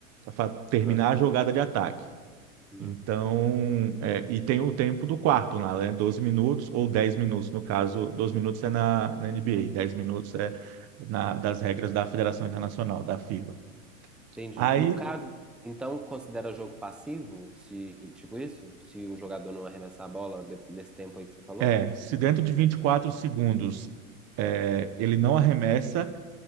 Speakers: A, on the right; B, in the centre.
A: para terminar
B: aham,
A: a jogada de ataque.
B: uhum.
A: Então, é, e tem o tempo do quarto lá, né? 12 minutos ou 10 minutos, no caso, 12 minutos é na, na NBA, 10 minutos é na- das regras da Federação Internacional, da FIBA.
B: Entendi.
A: Aí,
B: No caso, então considera jogo passivo, se tipo isso? Se o jogador não arremessar a bola de- nesse tempo aí que você falou?
A: é, se dentro de 24 segundos é, ele não arremessa,